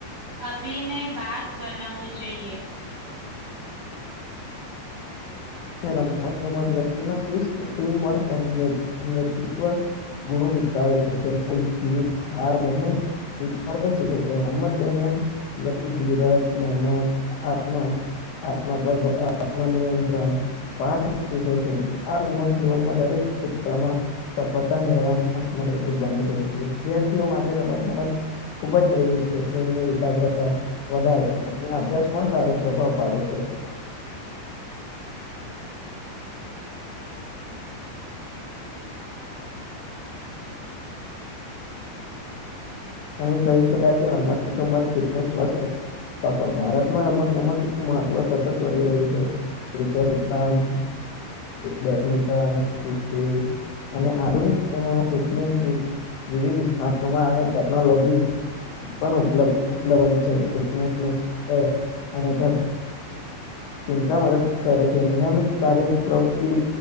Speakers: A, on the right (about 50°); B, on the left (about 85°).
A: અભિનય ભાગ બનાવવો જો જોઈએ.
B: રમતગમત વ્યક્તિમા શિસ્ત ટીમવર્ક નેતૃત્વ ગુણો વિકસાવે છે તેમજ જીત, હાર બંને સ્વીકારતા શીખે છે રમત દરમિયાન વ્યક્તિ ધીરજ, મહેનત, આત્મા આમા પર આત્મનિયંત્રણ પાઠ શીખે છે આ ગુણો જીવનમાં દરેક ક્ષેત્રમાં સફળતા મેળવામાં મદદરૂપ બને છે વિદ્યાર્થીઓ માટે રમતગમત ખૂબ જ જરૂરી છે તેમની એકાગ્રતા વધારે છે અને અભ્યાસ પર સારો પ્રભાવ પાડે છે. અહીં કહી શકાય કે રમતગમત ફિટનેસ સ્વસ્થ સફર ભારતમાં રમતગમત મહત્વ સતત વધી રહ્યું છે ક્રિકેટ ઉપરાંત બેડમિન્ટન, કુસ્તી અને આધુનિક સમયમાં ફિટનેસ વિવિધ સ્થાનોમાં અને ટે ક્નોલોજી પણ ઉપલ ઉપલબ્ધ છે અને ઘ ચિંતા મદદ કરે છે નિયમિત શારીરિક પ્રવૃતિ